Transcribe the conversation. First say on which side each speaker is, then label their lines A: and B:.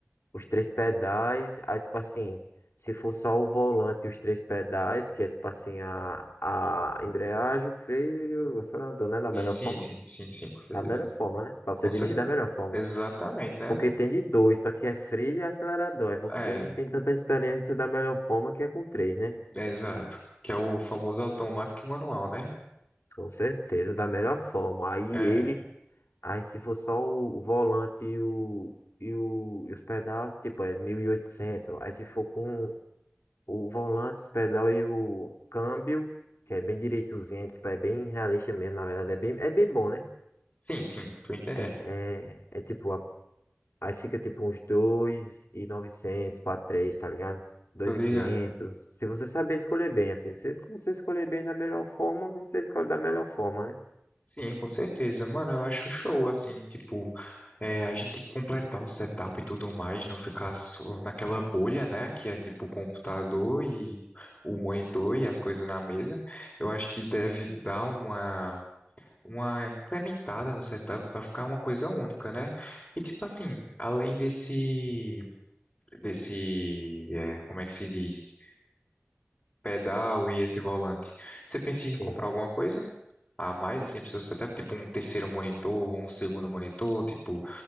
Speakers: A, on the left (about 70°); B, on the left (about 25°).
A: os três pedais. Aí, tipo assim, se for só o volante e os três pedais, que é tipo assim, a, a embreagem, o freio e o acelerador, né? Da melhor
B: sim, sim,
A: forma.
B: sim, sim, sim, com certeza.
A: Da melhor forma, né? Pra
B: Com
A: você dirigir
B: certeza.
A: da melhor forma.
B: Exatamente, né?
A: Porque tem de dois, só que é freio e acelerador. Aí você
B: É,
A: não tem tanta experiência da melhor forma que é com três, né?
B: é exato. Que é o famoso automático e manual, né?
A: Com certeza, da melhor forma. Aí
B: É,
A: ele, aí se for só o, volante e, o, e, o, e os pedais, tipo, é mil e oitocentos Aí se for com o volante, os pedal e o câmbio, que é bem direitozinho, tipo, é bem realista mesmo, na verdade, é bem, é bem bom, né?
B: sim, sim, tô entendendo.
A: É, é, é tipo, a- aí fica tipo uns dois e novecentos para três tá ligado? dois
B: Tô ligado.
A: e quinhentos Se você saber escolher bem, assim, se, se você escolher bem da melhor forma, você escolhe da melhor forma, né?
B: Sim, com certeza. Mano, eu acho show, assim, tipo, é, a gente completar o setup e tudo mais, não ficar só naquela bolha, né? Que é tipo o computador e o monitor e as coisas na mesa. Eu acho que deve dar uma, uma incrementada no setup para ficar uma coisa única, né? E tipo assim, além desse, desse, é, como é que se diz? Pedal e esse volante. Você pensa em comprar
A: Sim.
B: alguma coisa? a mais, assim, pro seu setup, tipo um terceiro monitor, ou um segundo monitor, tipo